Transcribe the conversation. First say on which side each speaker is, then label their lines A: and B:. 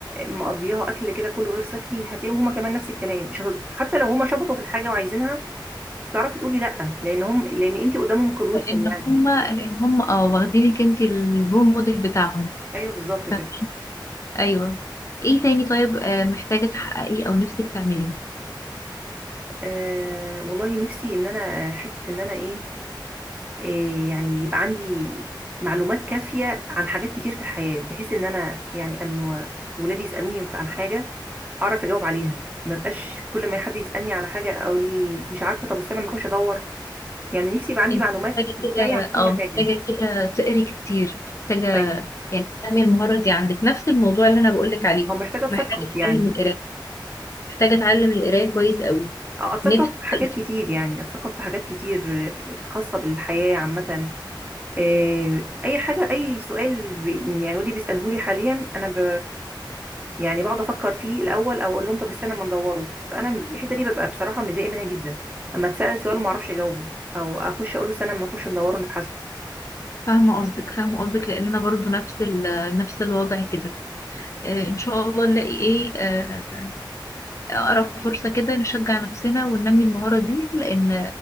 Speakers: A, on the right (about 20°); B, on the left (about 40°).
A: مقضياها اكل كده كله غير صحي هتلاقيهم هما كمان نفس الكلام مش هت... حتى لو هما شبطوا في الحاجة وعايزينها مش هتعرفي تقولي لا لان هم لان انت قدامهم قدوتهم
B: لان
A: يعني
B: هم لان هم اه واخدينك انت الرول موديل بتاعهم
A: ايوه بالظبط كده
B: ف- ايوه ايه تاني طيب آه، محتاجة تحققيه او نفسك تعمليه
A: آه والله نفسي ان انا آه، حته ان انا ايه آه يعني يبقى عندي معلومات كافيه عن حاجات كتير في الحياه بحيث ان انا يعني اما ولادي يسالوني ف- عن حاجه اعرف اجاوب عليها ما بقاش كل ما حد يسالني على حاجه او ال- مش عارفه طب استنى ما اخش ادور يعني نفسي يبقى عندي
B: انت
A: معلومات
B: محتاجة
A: كفايه
B: كده
A: عن كل
B: اه
A: حاجه
B: محتاجة كده تقري كتير محتاجة
A: ايوه
B: يعني تنمي المهارة دي عندك نفس الموضوع اللي انا بقولك عليه
A: او محتاجه اتثقف
B: محتاجة
A: يعني
B: تتعلم القراية محتاجة أتعلم القراية كويس قوي
A: أه، اتثقف
B: نفسي
A: في حاجات
B: حقيقي.
A: كتير يعني اتثقف في حاجات كتير آه، خاصه بالحياه عامه آه، اي حاجه اي سؤال بي يعني ودي بيساله لي حاليا انا ب يعني بقعد افكر فيه الاول او اقول لهم طب استنى ما ندوره فانا الحته دي ببقى بصراحه متضايقه منها جدا اما اتسال سؤال وما اعرفش اجاوبه او اخش اقول له استنى ما نخش ندوره نبحثه
B: فاهمة قصدك فاهمة قصدك لأن أنا برضو نفس ال نفس الوضع كده آه، إن شاء الله نلاقي إيه آه، أقرب فرصة كده نشجع نفسنا وننمي المهارة دي لأن